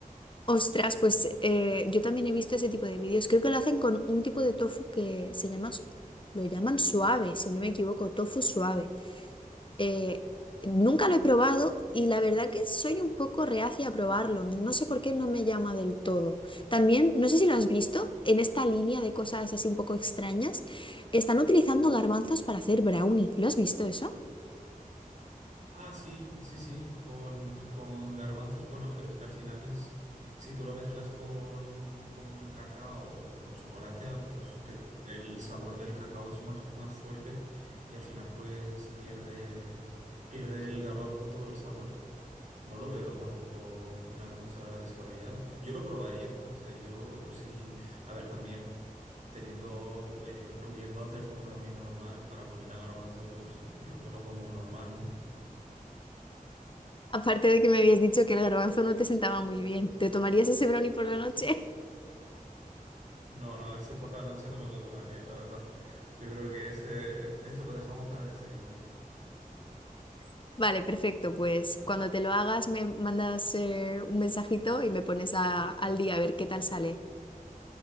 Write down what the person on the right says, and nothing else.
Ah, sí, sí, sí, con, con garbanzos, bueno, pero es que al final es, si tú lo mezclas con, con cacao o con chocolate, al- pues pe- el sabor del cacao es más, más fuerte y al final pues pierde, pierde el garbanzo todo el sabor. No lo veo tampoco una cosa descabellada. Yo lo probaría, o sea, yo sí, a ver, también teniendo, eh, pudiendo hacerte un brownie normal para ponerle garbanzo, pues yo me lo como normal, ¿no?
No, no, ese por la noche no me lo tomaría, la verdad. Yo creo que ese, ese lo dejamos para desayunar.